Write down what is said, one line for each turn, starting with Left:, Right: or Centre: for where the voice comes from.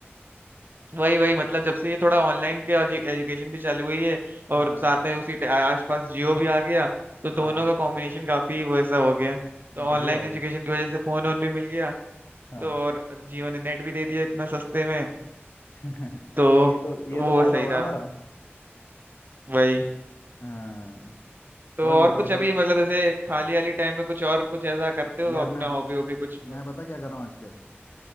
Right: वही वही मतलब जब से ये थोड़ा ऑनलाइन के एजुकेशन भी चालू हुई है
Left: हाँ
Right: और साथ में उसी टे- आसपास जियो भी आ गया तो दोनों
Left: हाँ
Right: का कॉम्बिनेशन काफी वैसा हो गया तो ऑनलाइन
Left: बढ़िया हो
Right: एजुकेशन
Left: गया
Right: की वजह से फोन ओन भी मिल गया
Left: हाँ
Right: तो और जियो ने नेट भी दे दिया इतना सस्ते में
Left: <laughs>
Right: तो
Left: ये तो ये
Right: वो
Left: तो फायदा
Right: सही
Left: हुआ
Right: रहा
Left: हमारा
Right: वही
Left: हाँ
Right: तो
Left: और
Right: और
Left: बताओ
Right: कुछ
Left: सर
Right: अभी मतलब ऐसे खाली वाली टाइम में कुछ और कुछ ऐसा करते हो
Left: यार
Right: अपना
Left: मैं
Right: हॉबी हॉबी कुछ
Left: मैं बता क्या कर रहा हूँ आजकल